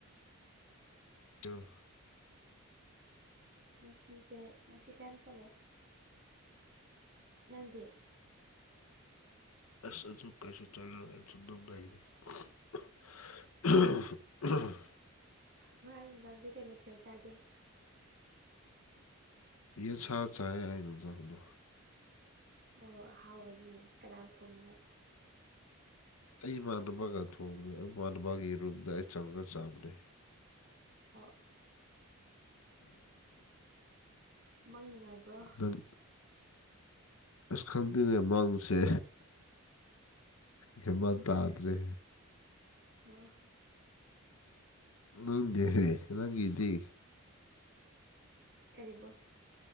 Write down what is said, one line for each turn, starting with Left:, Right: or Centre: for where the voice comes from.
Left: ꯇꯨ
Right: ꯉꯁꯤꯁꯦ ꯉꯁꯤ ꯀꯔꯤꯝ ꯆꯠꯂꯣꯏ ꯅꯪꯗꯤ
Left: ꯑꯁ ꯑꯩꯁꯨ ꯀꯩꯁꯨ ꯆꯠꯂꯣꯏ <unintelligible> <unintelligible>
Right: ꯉꯥꯔꯥꯡ ꯅꯨꯡꯗꯥꯡꯗꯤ ꯀꯩ ꯃꯊꯦꯜ ꯆꯥꯒꯦ
Left: ꯌꯦꯟꯁꯥ ꯆꯥꯏ ꯅꯨꯡꯗꯥꯡꯗꯣ
Right: ꯑꯣ ꯑꯍꯥꯎꯕꯅꯤꯅꯦ ꯀꯅꯥꯟ ꯊꯣꯡꯉꯤꯅꯣ
Left: ꯑꯩ ꯏꯃꯥꯟꯅꯕꯒ ꯊꯣꯡꯕꯅꯦ ꯏꯃꯥꯟꯅꯕꯒꯤ ꯔꯨꯝꯗ ꯑꯩ ꯆꯪꯉꯒ ꯆꯥꯕꯅꯦ
Right: ꯑꯣ ꯃꯪ ꯅꯨꯡꯉꯥꯏꯕ꯭ꯔꯣ
Left: ꯅꯪ ꯑꯁ ꯈꯪꯗꯦꯅꯦ ꯃꯪꯁꯦ ꯍꯦ ꯃꯥꯟ ꯇꯥꯗ꯭ꯔꯦ
Right: ꯑꯣ
Left: ꯅꯪꯗꯤ ꯍꯦ ꯅꯪꯒꯤꯗꯤ
Right: ꯀꯔꯤꯕꯣ